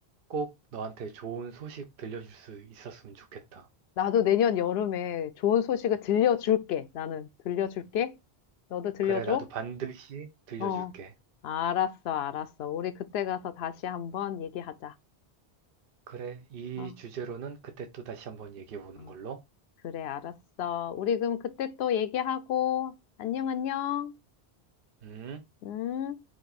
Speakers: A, on the right (about 60°); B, on the left (about 75°).
A: 꼭 너한테 좋은 소식 들려줄 수 있었으면 좋겠다.
B: 나도 내년 여름에 좋은 소식을 들려줄게. 나는 들려줄게. 너도 들려줘?
A: 그래, 나도 반드시 들려줄게.
B: 어, 알았어, 알았어. 우리 그때 가서 다시 한번 얘기하자.
A: 그래, 이
B: 어.
A: 주제로는 그때 또 다시 한번 얘기해 보는
B: 어.
A: 걸로.
B: 그래, 알았어. 우리 그럼 그때 또 얘기하고, 안녕, 안녕.
A: 음.
B: 음.